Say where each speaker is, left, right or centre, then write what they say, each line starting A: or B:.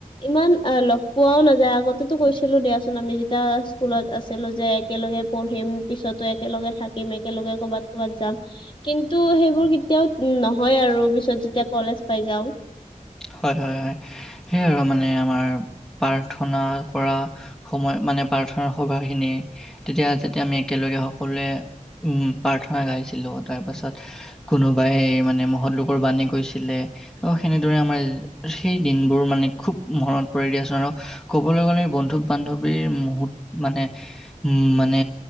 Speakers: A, on the left; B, in the centre.
A: ইমান আ লগ পোৱাও নাযায় আগতে কৈছিলো দিয়াচোন আমি যি তিয়া স্কুলত আছিলো যে একেলগে পঢ়িম পিছতো একেলগে থাকিম একেলগে কবাত কবাত যাম কিন্তু সেইবোৰ কেতিয়াও ত নহয় আৰু পিছত যেতিয়া কলেজ পাই যাওঁ
B: হয় হয় হয় সেয়ে আৰু মানে আমাৰ প্ৰাৰ্থনা কৰা সময় মানে প্ৰাৰ্থনা সভাখিনি তেতিয়া যেতিয়া আমি একেলগে সকলোৱে উম প্ৰাৰ্থনা গাইছিলো তাৰ পাছত কোনোবাই মানে মহৎ লোকৰ বাণী কৈছিলে অ সেনে দৰে আমাৰ সেই দিনবোৰ মানে খুব মনত পৰে দিয়া ছোন আৰু ক'বলৈ গ'লে বন্ধু বান্ধৱীৰ মূহুত মানে উ মানে